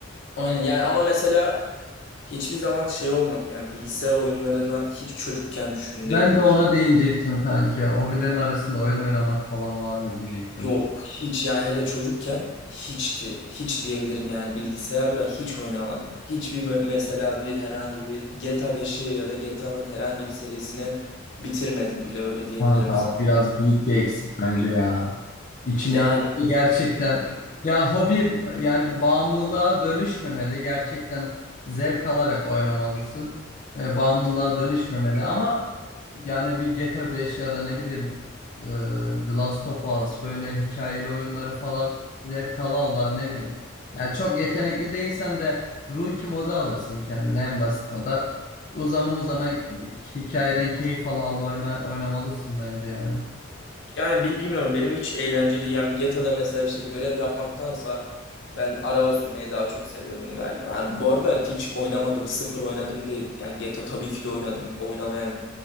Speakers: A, on the left; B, on the left.
A: aynen yani ama mesela hiçbir zaman şey olmadım yani bilgisayar oyunlarına hiç çocukken düşkün
B: Ben
A: değildim
B: de ona değinecektim kanki. Hobilerin arasında oyun oynamak falan var mı diyecektim.
A: yok hiç yani hele çocukken hiçti hiç diyebilirim yani bilgisayarla hiç oynamadım hiçbir me- mesela bir herhangi bir GTA 5'i ya da GTA'nın herhangi bir serisini bitirmedim bile öyle diyebilirim
B: Kanka
A: sana.
B: biraz büyük bir eksik bence ya. içine
A: Yani
B: gitti gerçekten. Ya hobi yani bağımlılığa dönüşmemeli. Gerçekten zevk alarak oynamalısın. E, bağımlılığa dönüşmemeli ama yani bir GTA 5 ya da ne bileyim e, The Last of Us böyle hikayeli oyunları falan zevk ala ala ne bileyim. Yani çok yetenekli değilsen de Rookie modu alırsın kendine en basit moda. Uzana uzana hikayeden keyif ala ala oyna, oynamalısın bence yani.
A: yani bil- bilmiyorum benim hiç eğlenceli yani GTA'da mesela işte görev yapmaktansa ben araba sürmeyi daha çok seviyordum galiba. Ha, bu arada hiç oynamadım sıfır oynadım değil. Yani GTA tabii ki de oynadım. Oynamayan